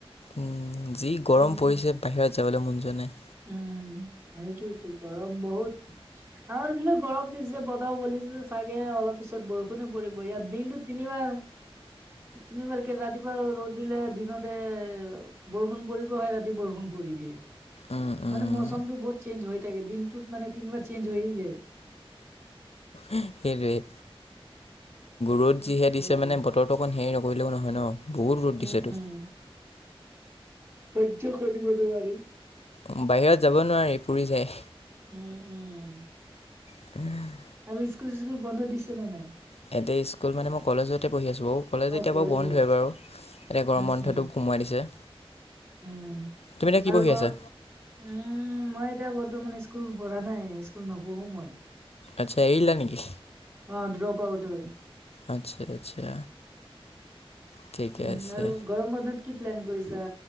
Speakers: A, on the left; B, on the right.
A: উম যি গৰম
B: উম।
A: পৰিছে বাহিৰত যাবলৈ মন যোৱা নাই।
B: উম সেইটোতো গৰম বহুত। আমাৰ এইফালে গৰম দিছে বতাহও বলিছে। চাগে অলপ পিছত বৰষুণে পৰিব ইয়াত দিনটোত তিনিবাৰ তিনিবাৰকে ৰাতিপুৱা ৰ'দ দিলে দিনতে বৰষুণ পৰিব এই ৰাতি বৰষুণ পৰি দিয়ে।
A: উম উম
B: মানে মৌচমটো বহুত চেঞ্জ হৈ থাকে, দিনটোত মানে তিনিবাৰ চেঞ্জ হৈয়ে যায়।
A: সেইটোৱে, ৰ'দ
B: কি
A: যিহে
B: কম
A: দিছে মানে বতৰটো অকণ হেৰি নকৰিলেও নহয় ন। বহুত ৰ'ধ
B: উম,
A: দিছেটো।
B: উম। সহ্য কৰিব নোৱাৰি।
A: উম বাহিৰত যাব নোৱাৰি পুৰি যায়।
B: উম উম।
A: <inaudible>
B: আৰু স্কুল-চিচকুল বন্ধ দিছে নে নাই?
A: ইয়াতে স্কুল মানে মই কলেজতে পঢ়ি আছোঁ ঔ। কলেজ
B: অ'
A: এতিয়া
B: কলেজত
A: বাৰু বন্ধ হয় বাৰু, এতিয়া গৰম
B: উম,
A: বন্ধটো
B: উম,
A: কমাই দিছে।
B: উম
A: তুমি এতিয়া কি
B: আৰু
A: পঢ়ি
B: গৰ
A: আছা
B: উম মই এতিয়া বৰ্তমান স্কুল পঢ়া নাই, স্কুল নপঢ়ো মই।
A: আচ্ছা এৰিলা নেকি?
B: অ ড্ৰপ আউট হয়।
A: আচ্ছা আচ্ছা। ঠিকে
B: উম
A: আছে
B: আৰু গৰম বন্ধত কি প্লেন কৰিছা